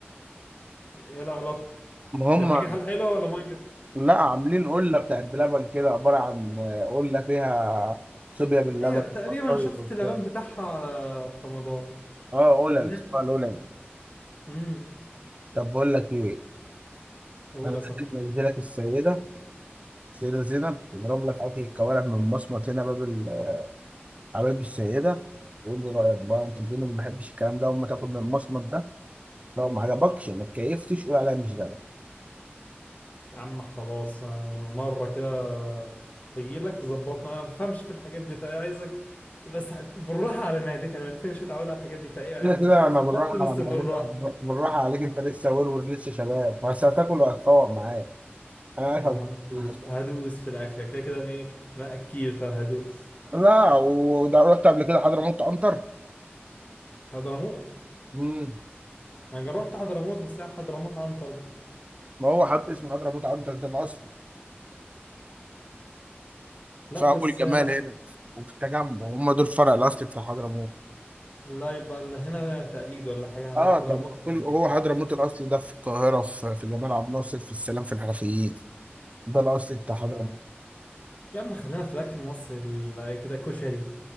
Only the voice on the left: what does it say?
ايه العلاقة
دي
حاجة حل- حلوة ولا مية دي
هي تقريبا
شفت
الإعلان بتاعها على في رمضان
كان
ليه
امم
قول
يا صاحبي
يا عم خلاص أنا مرة كده هجيلك تظبطنا أنا ما بفهمش في الحاجات دي فعايزك بس هت- بالراحة على معدتي أنا معدتي مش متعودة على الحاجات دي فإيه يعني
ظبطني
بس
بالراحة
يا
عم
هدوس في الأكل كده كده أنا إيه أنا أكيل فهدوس
حضرموت
أنا رحت حضرموت بس يعني حضرموت عنتر ده
لا
بس
لا يبقى اللي هنا تقليد ولا حاجة عندنا
حضرموت
عادي
لا يا عم خلينا في الأكل المصري ال- كده كشري